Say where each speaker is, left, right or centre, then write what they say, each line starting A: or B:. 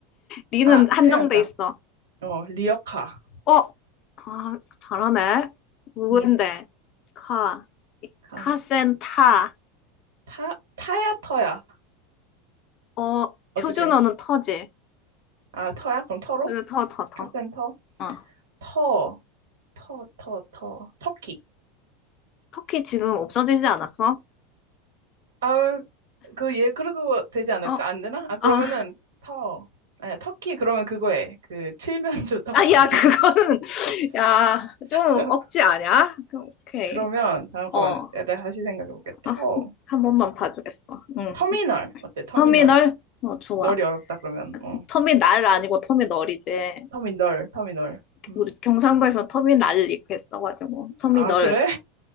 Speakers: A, on the left; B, on the right.
A: 리는
B: 아,
A: 한정돼
B: 생각났다.
A: 있어.
B: 어, 리어카.
A: 어, 아, 잘하네. 누군데?
B: 응,
A: 카,
B: 가.
A: 카센타.
B: 타, 타야 터야.
A: 어, 표준어는
B: 어떻게?
A: 터지.
B: 아, 터야? 그럼 터로?
A: 으, 터, 터, 터.
B: 카센터?
A: 어.
B: 터, 터, 터, 터. 터키.
A: 터키 지금 없어지지 않았어?
B: 아, 그, 얘, 그래도 되지 않을까?
A: 어,
B: 안 되나? 아, 그러면은,
A: 아.
B: 터. 아니야, 터키, 그러면 그거에. 그, 칠면조 터키.
A: 아야 그거는 <laughs> 야 좀
B: <laughs>
A: 억지 아냐? 그럼 오케이
B: 그러면, 잠깐만.
A: 어
B: 내가 다시 생각해볼게. 터.
A: 아, 한 번만 봐주겠어. 응
B: 터미널. 어때, 터미널.
A: 터미널 어 좋아
B: 널이 어렵다, 그러면. 어.
A: 터미날 아니고 터미널이지
B: 터미널, 터미널. 음.
A: 우리 경상도에서 터미날 이렇게 써가지고 터미널
B: 아, 그래?